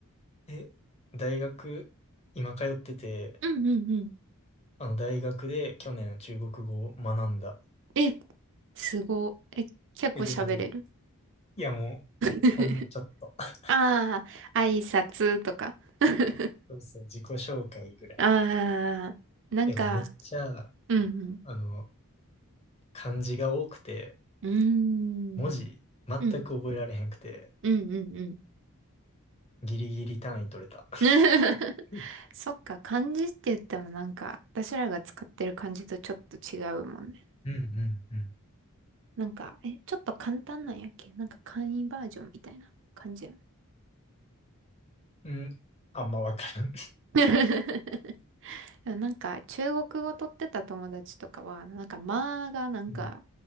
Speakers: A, on the left; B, on the right.
A: え、大学、今通ってて、
B: うんうんうん。
A: あの大学で去年中国語を学んだ。
B: え、すご。え、結構喋れる
A: え、でも、いや、もう、
B: <laughs>
A: ほんのちょっと。<laughs>
B: ああ、挨拶とか。<laughs>
A: そうですね、自己紹介ぐらい。
B: ああ、なんか、
A: でもうめっちゃ、
B: うん
A: あの、漢字が多くて、
B: うん。うーん。
A: 文字全く覚えられへんくて、
B: うん、うん、うん、うん。
A: ギリギリ単位取れた。
B: <laughs>
A: うん
B: そっか、漢字って言ってもなんか、私らが使ってる漢字とちょっと違うもんね。
A: うんうん。
B: なんか、え、ちょっと簡単なんやっけなんか簡易バージョンみたいな感じやん。
A: うん、あんまわからん。
B: <laughs> でもなんか中国語取ってた友達とかは、なんかまあがなんか
A: うん